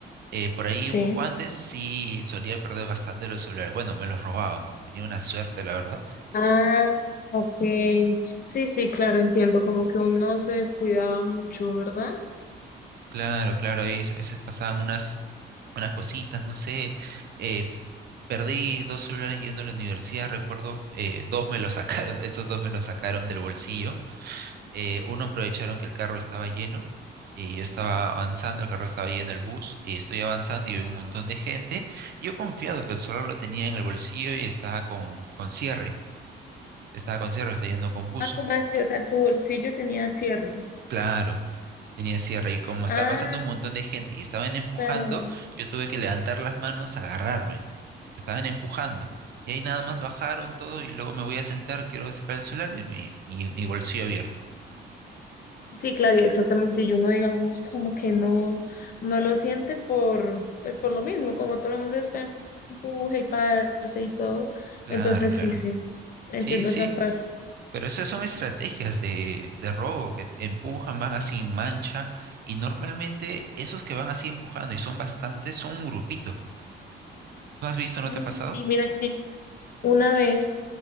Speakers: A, on the right; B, on the left.
A: eh, por ahí
B: Sí.
A: un poco antes sí solía perder bastante los celulares. Bueno, me los robaban. Tenía una suerte, la verdad.
B: Ah, ok. Sí, sí, claro, entiendo, como que uno se descuidaba mucho, ¿verdad?
A: Claro, claro, ahí a veces pasaban unas, unas cositas, no sé. eh, perdí dos celulares yendo a la universidad, recuerdo, eh, dos me los sacaron, <laughs> esos dos me los sacaron del bolsillo. Eh, uno aprovecharon que el carro estaba lleno. Y yo estaba avanzando, el carro estaba lleno, el bus, y estoy avanzando y vi un montón de gente. Yo confiado que el celular lo tenía en el bolsillo y estaba con, con cierre, estaba con cierre, estaba yendo con bus
B: Ah, ¿cómo así? O sea, tu bolsillo tenía cierre.
A: Claro, tenía cierre y como
B: Ah,
A: estaba pasando un montón de gente y estaban empujando,
B: claro.
A: yo tuve que levantar las manos, agarrarme. Estaban empujando. Y ahí nada más bajaron todo y luego me voy a sentar, quiero sacar el celular y mi, mi, mi bolsillo abierto.
B: Sí, claro, y exactamente. Y uno, digamos, como que no, no lo siente por, pues por lo mismo, como todo el mundo está en empuje y pase y todo.
A: Claro,
B: Entonces,
A: claro.
B: sí, sí, entiendo
A: Sí, sí,
B: esa parte.
A: pero esas son estrategias de, de robo que te empujan, van así en mancha y normalmente esos que van así empujando y son bastantes son un grupito. ¿No has visto? ¿No
B: Ay,
A: te ha pasado?
B: Sí, mira que una vez,